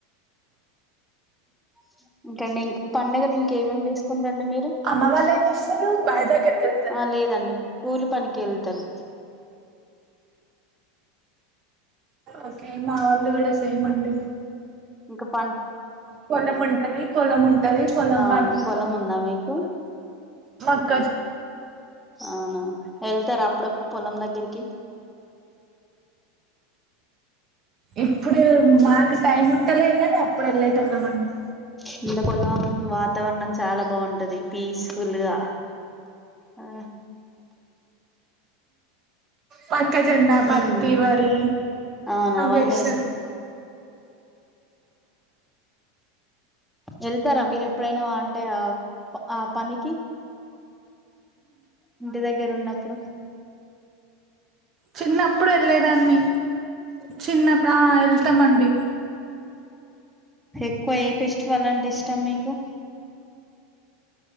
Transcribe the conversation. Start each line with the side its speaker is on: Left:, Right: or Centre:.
Centre: <unintelligible> పండుగలు ఇంకేమేమ్ చేసుకుంటరండి మీరు
Right: అమ్మ వాళ్ళు ఏం చేస్తారు బావి దగ్గరికి వెళ్తారా
Centre: ఆ లేదండి కూలి పనికెళ్తరు
Right: ఒకే మా ఒళ్ళు కూడా సేమ్ అండి.
Centre: ఇంక పన్
Right: పొలం ఉంటది పొలం ఉంటది పొలం
Centre: అవునా
Right: పనులు
Centre: పొలం ఉందా మీకు
Right: మాక్
Centre: అవునా వెళ్తరా అప్పుడప్పుడు పొలం దగ్గరికి
Right: ఎప్పుడు మాకు టైం ఉంటలేదుగద అప్పుడు ఎల్లేటోల్లమండి
Centre: కిందపొలం వాతావరణం చాలా బావుంటది పీస్ ఫుల్గా ఆ
Right: మక్కజొన్న, పత్తి,
Centre: ఉమ్
Right: వరి
Centre: అవునా
Right: అవేస్తరు
Centre: అవన్నీ వెళ్తరా మీరు ఎప్పుడైనా రా అంటే రావ్ ఆ పనికి ఇంటి దగ్గర ఉన్నప్ ప్పుడు
Right: చిన్నప్పుడు ఎళ్లేదాన్ని చిన్నప్పుడు ఆ ఎళ్తమండి
Centre: ఎక్కువ ఏ ఫెస్టివల్ అంటే ఇష్టం మీకు.